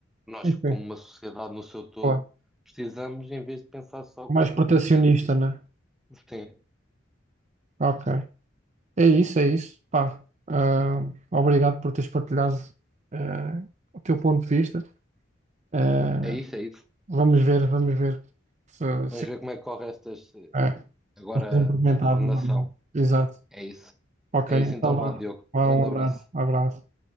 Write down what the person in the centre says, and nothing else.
nós,
como uma sociedade no seu todo,
precisamos, em vez de pensar só o
que é que
eu preciso.
Sim,
é isso, é isso.
Vamos
ver como é que corre estas, eh,
agora
a governação.
É isso.
É
isso então,
vá, Diogo.
Grande
abraço.